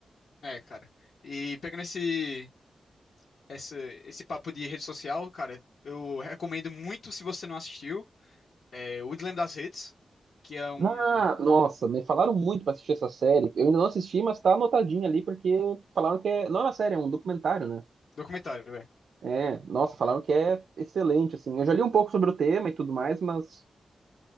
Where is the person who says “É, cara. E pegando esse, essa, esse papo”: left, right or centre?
Left